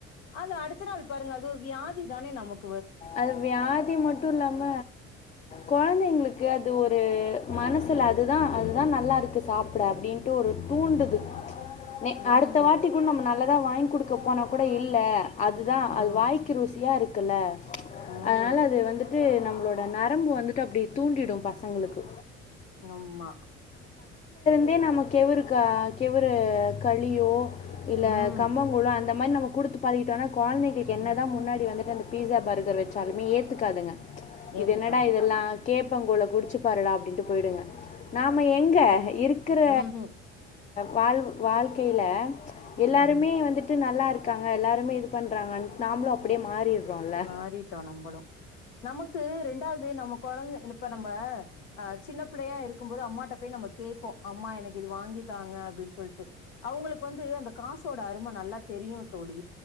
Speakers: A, on the left; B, on the left.
A: ஆனா அடுத் கத்றாரு பாருங்க அது ஒரு வியாதி தானே நமக்
B: அது வியாதி மட்டுல்லாம கொழந்தைங்களுக்கு அது ஒரு மனசுல அதுதா அதுதா நல்லா இருக்கு சாப்பக்ஷட அப்டின்ட்டு ஒரு தூண்டுது னே
A: ம்
B: அடுத்த வாட்டி கூட் நம் நல் லதா வாங்கி குடுக்க போனா கூட இல்ல அதுதா
A: ம்
B: அது வாய்க்கு ருசியா இருக் குல
A: ம்
B: அதனால அது வந்துட் டு நம்மளோட நரம்பு வந்துட்டு அப்டியே தூண்டிடு பசங்களுக்கு
A: ஆமா
B: தே நம்ம கெவுரு க கெவுரு களியோ இல்ல
A: ம்
B: கம்பங்கூல்லு அந் த மாரி நம்ம குடுத்து பழகிட்டோனா கொழந்தைகளுக்கு என்னதா
A: ம்
B: முன்னாடி வந்துட்டு அந்த பீசாப் பர்கர் வச்சாலுமே ஏத்துக்காதுங்க
A: ஏத்துக்க
B: இது என்னடா
A: மாட்டாங்க
B: இதெல்லா கேப் பங்கூல குடிச்சு பாருடா அப் ட்டின்ட்டு போயிடுங்க நாம எங்க இருக்குற
A: ம்ஹூம்
B: வாழ் வாழ்க்கையில எல்லாருமே
A: ம்
B: வந்துட்டு நல்லா இருக் காங்க எல்லாருமே இது பண்றாங்கன் நாமளு அப்டியே மாறிட் ரோல
A: மாறிட்டோ நம்பளு நமக்கு ரெண்டாவது நமக் கொழந்த இப்ப நம்ம ஆஹ் சின்ன பிள்ளையா இருக்கும்போது அம்மாட போய் நம்ம கேப்போ அம்மா எனக்கு இது வாங்கி தாங்க அப்டின்னு சொல்ட்டு அவங்களுக்கு வந்து அந்த காசோட அரும நல்லா தெரியு தோழி